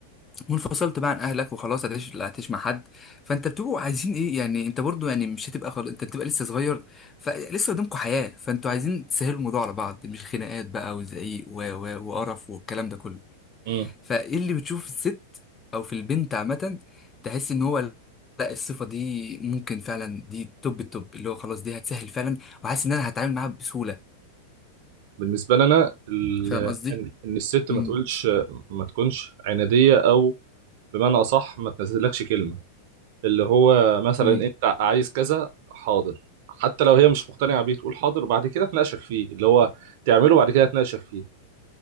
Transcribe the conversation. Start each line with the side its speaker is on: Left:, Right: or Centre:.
Left: وانفصلت بقى عن اهلك وخلاص هتعيش لا هتعيش مع حد فانت بتبقوا عايزين ايه يعني انت برضو يعني مش هتبقى خل... انت بتبقى لسه صغير فلسه قدامكم حياة فانتوا عايزين تسهلوا الموضوع على بعض مش خناقات بقى وزعيق و... و... وقرف والكلام ده كله
Right: امم
Left: فايه اللي بتشوف في الست او في البنت عامة تحس ان هو لا الصفة دي ممكن فعلا دي توب التوب اللي هو خلاص دي هتسهل فعلا وحاسس ان انا هتعامل معاها بسهولة
Right: بالنسبه لنا ال-
Left: فاهم قصدي؟
Right: ان إن الست
Left: امم
Right: ما تقولش ما تكونش عناديه او بمعنى اصح ما تنزلكش كلمه اللي هو مثلا
Left: امم
Right: انت عايز كذا حاضر حتى لو هي مش مقتنعه بيه تقول حاضر وبعد كده تناقشك فيه اللي هو تعمله بعد كده تناقشك فيه